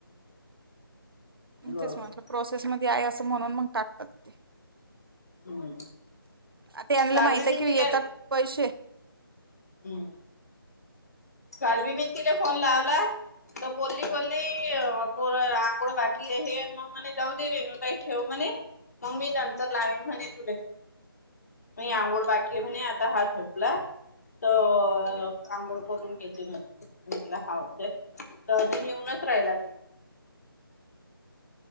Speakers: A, on the left (about 40°); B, on the right (about 70°).
A: बरोबर.
B: तेच म्हट प्रोसेसमध्येध्ये आहे अस म्हणून मग टाकतात ते
A: हम्म
B: आता याला
A: काल
B: माहित
A: बी बिन
B: आहे कि
A: तिले
B: येतात पैसे
A: हम्म कालवी मी तिला फोन लावला तर बोलली बोलली पोर आंघोळ बाकी हे मग म्हणे जाऊ दे रेणू काही ठेव म्हणे मग मी नंतर लावेन म्हणे तुले मी आंघोळ बाकी आहे म्हणे आता हा झोपला तर आंघोळ करून म्हला हवडतय तर अजून येऊनच राहिला